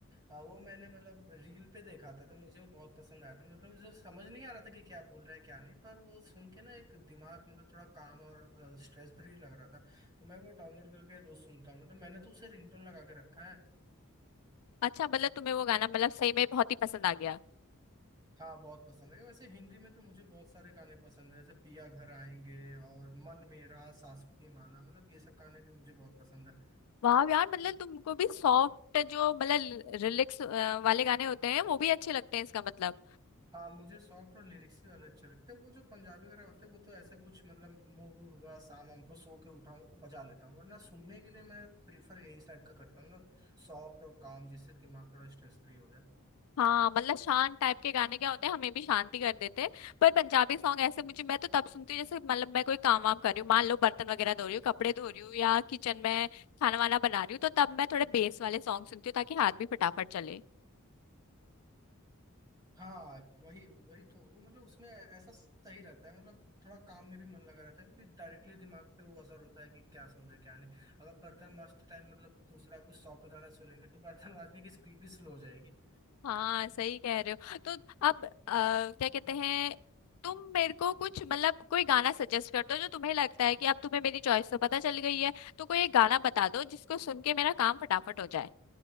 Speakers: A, on the right; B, on the left.
A: आ, वो मैंने मतलब रील पे देखा था तो मुझे वो बहुत पसंद आया था मतलब मुझे समझ नहीं आ रहा था कि क्या बोल रहा है क्या नहीं पर वो सुन के ना एक दिमाग मतलब थोड़ा काम और स्ट्रेस फ्री लग रहा था तो मैं वो डाउनलोड करके रोज सुनता हूँ मतलब मैंने तो उसे रिंगटोन लगा के रखा है
B: अच्छा मतलब तुम्हें वो गाना मतलब सही में बहुत ही पसंद आ गया
A: हाँ बहुत पसंद है वैसे हिंदी में तो मुझे बहुत सारे गाने पसंद है जैसे पिया घर आएंगे और मन मेरा सास की माला मतलब ये सब गाने भी मुझे बहुत पसंद है
B: वाह यार मतलब तुमको भी सॉफ्ट जो मतलब रिलैक्स वाले गाने होते हैं वो भी अच्छे लगते हैं इसका मतलब
A: हाँ मुझे सॉफ्ट और लिरिक्स ही वाले अच्छे लगते हैं वो जो पंजाबी वगैरह होते हैं वो तो ऐसे कुछ मतलब मूड वूड हुआ शाम वाम को सो के उठाऊं तो बजा लेता हूँ वरना सुनने के लिए मैं प्रीफर यही टाइप का करता हूँ ना सॉफ्ट और काम जिससे दिमाग थोड़ा स्ट्रेस फ्री हो जाए
B: हाँ मतलब शांत टाइप के गाने क्या होते हैं हमें भी शांति कर देते हैं पर पंजाबी सॉन्ग ऐसे मुझे मैं तो तब सुनती हूँ जैसे मतलब मैं कोई काम वाम कर रही हूँ मान लो बर्तन वगैरह धो रही हूँ कपड़े धो रही हूँ या किचन में खाना वाना बना रही हूँ तो तब मैं थोड़े बेस वाले सॉन्ग सुनती हूँ ताकि हाथ भी फटाफट चले
A: हाँ वही वही तो वो मतलब उसमें ऐसा सही रहता है मतलब थोड़ा काम में भी मन लगा रहता है क्योंकि डायरेक्टली दिमाग पे वो असर होता है कि क्या सुन रहे क्या नहीं अगर बर्तन माजते टाइम मतलब दूसरा कुछ सॉफ्ट गाना सुनेंगे तो बर्तन माजने की स्पीड भी स्लो हो जाएगी
B: हाँ सही कह रहे हो तो अब अ, क्या कहते हैं तुम मेरे को कुछ मतलब कोई गाना सजेस्ट कर दो जो तुम्हें लगता है कि अब तुम्हें मेरी चॉइस तो पता चल गई है तो कोई एक गाना बता दो जिसको सुन के मेरा काम फटाफट हो जाए